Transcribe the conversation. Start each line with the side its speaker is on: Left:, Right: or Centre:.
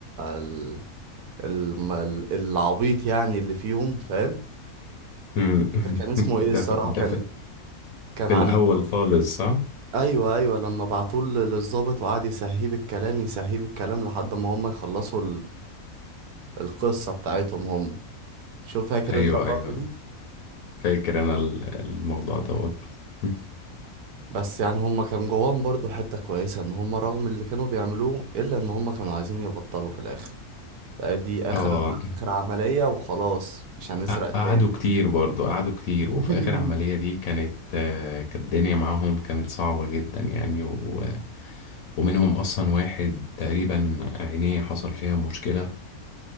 Right: ال... ال... ال- العبيط يعني اللي فيهم فاهم
Left: أمم. <laughs>
Right: كان اسمه إيه الصراحة
Left: ده في ده
Right: كان
Left: في
Right: كان
Left: في
Right: عامل
Left: الاول خالص صح
Right: ايوه ايوه لما بعتوه للظابط وقعد يسهيه بالكلام يسهيه بالكلام لحد ما هم يخلصوا القصة بتاعتهم هم شوف فاكر
Left: ايوه
Right: انت اللقطة
Left: ايوه
Right: دي
Left: فاكر انا ال- الموضوع دوت <laughs>
Right: بس يعني هم كان جواهم برضو حتة كويسة ان هم رغم اللي كانوا بيعملوه الا ان هم كانوا عايزين يبطلوا في الاخر لا، دي اخر
Left: اه
Right: اخر عملية وخلاص مش هنسرق
Left: ق-
Right: تاني
Left: قعدوا كتير برضو قعدوا كتير
Right: <laughs>
Left: وفي اخر عملية دي كانت آه، كانت الدنيا معاهم كانت صعبة جدا يعني و... ومنهم اصلا واحد تقريبا عينيه حصل فيها مشكلة